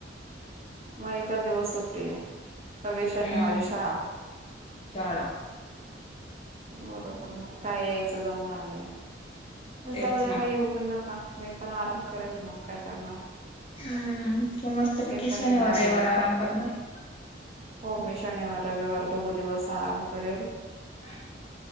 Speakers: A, on the right; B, on the left.
A: मग एकाद दिवस सुटी तगे शनिवारे
B: हम्म
A: शाळा.
B: शाळा
A: बरोबर मग काय यायचं जमणार नाही.
B: तेच
A: जाऊ द्या
B: ना.
A: काही येऊ पण नका. मी पण आराम करेल मग काय करणार.
B: हम्म तू मस्त
A: मी
B: पैकी
A: पण
B: शनिवार
A: येणार
B: रविवार
A: नाही
B: आराम करणार.
A: हो मी शनिवार रविवार दोघ दिवस आराम करेल.
B: अ